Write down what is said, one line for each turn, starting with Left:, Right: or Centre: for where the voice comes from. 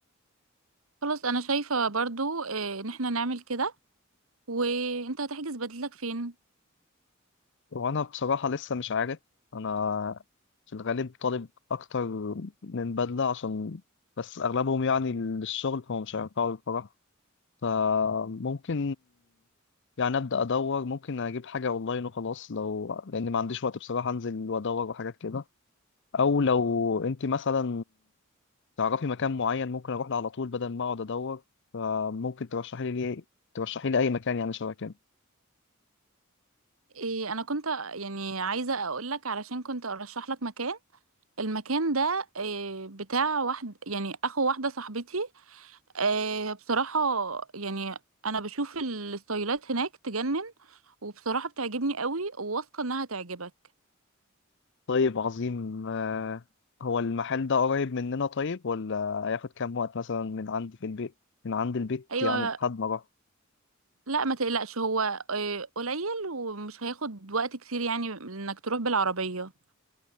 Right: خلاص انا شايفة برضو اه، ان احنا نعمل كده وانت هتحجز بديلك فين
Left: وأنا بصراحة لسه مش عارف أنا في الغالب طالب أكتر من بدلة عشان بس أغلبهم يعني للشغل فهم مش هينفعوا الفرح فممكن يعني أبدأ أدور ممكن أجيب حاجة أونلاين وخلاص لو لأني ما عنديش وقت بصراحة أنزل وأدور وحاجات كده او لو انت مثلا تعرفي مكان معين ممكن اروح له على طول بدل ما اقعد ادور فممكن ترشحي لي ليه ترشحي لي اي مكان يعني شبه كده
Right: إيه انا كنت يعني عايزة اقولك علشان كنت ارشح لك مكان المكان ده إيه بتاع واحد يعني اخو واحدة صاحبتي إيه بصراحة يعني انا بشوف الستايلات هناك تجنن وبصراحة بتعجبني قوي وواثقة انها تعجبك
Left: طيب عظيم آه، هو المحل ده قريب مننا طيب ولا هياخد كام وقت مثلا من عندي في البيت من عند البيت
Right: ايوه
Left: يعني لحد ما اروح
Right: لا ما تقلقش هو آه، قليل ومش هياخد وقت كتير يعني انك تروح بالعربية